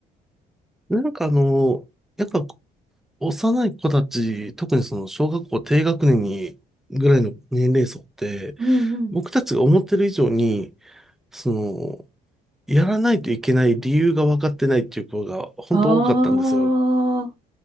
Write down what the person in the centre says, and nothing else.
<laughs> なんかあの、やっぱ幼い子たち、特にその小学校低学年にぐらいの年齢層って、
僕たちが思ってる以上に、その、やらないといけない理由が分かってないっていう子が本当多かったんですよ。